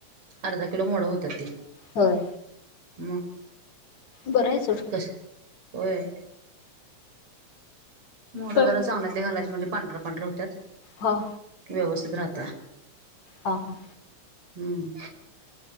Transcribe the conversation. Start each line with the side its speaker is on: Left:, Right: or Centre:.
Right: अर्धा किलो मोड होत त ते
Left: होय
Right: मग
Left: बरं आहे सर
Right: कसं होय मोठं
Left: होय
Right: जरा चांगल्यातले घालायच म्हणे पांढऱ्या पांढर होत्यात
Left: हां
Right: व्यवस्थित राहत
Left: हा हां
Right: हम्म